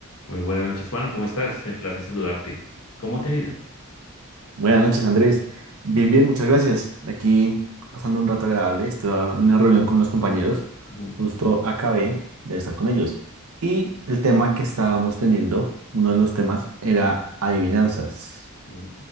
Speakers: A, on the left; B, on the right.
A: Muy buenas noches, Juan. ¿Cómo estás? Me place saludarte. ¿Cómo te ha ido?
B: Buenas noches, Andrés. Bien, bien, muchas gracias. Aquí pasando un rato agradable. Estuve en una reunión con unos compañeros.
A: Ujú,
B: Justo acabé de estar con ellos. Y el tema que estábamos teniendo, uno de los temas, era adivinanzas.
A: ujú.